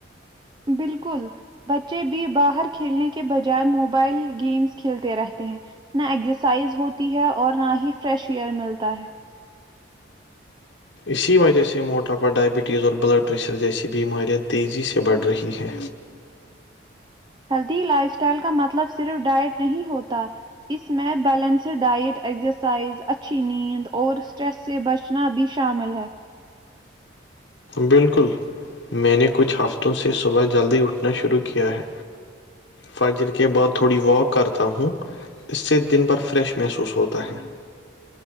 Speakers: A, on the right; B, on the left.
A: بالکل بچے بھی باہر کھیلنے کے بجائے موبائل گیمس کھیلتے رہتے ہیں نہ ایکزرسائز ہوتی ہے اور نہ ہی فریش ایئر ملتا ہے
B: اسی وجہ سے موٹاپا ڈائبٹیز اور بلڈ پریشر جیسی بیماریاں تیزی سے بڑھ رہی ہیں
A: ہیلدی لائف اسٹائل کا مطلب صرف ڈائٹ نہیں ہوتا اس میں بیلنسڈ ڈائٹ ایکزرسائز اچھی نیند اور اسٹریس سے بچنا بھی شامل ہے
B: بالکل میں نے کچھ ہفتوں سے صبح جلدی اٹھنا شروع کیا ہے فاجر کے بعد تھوڑی واک کرتا ہوں اس سے دن بھر فریش محسوس ہوتا ہے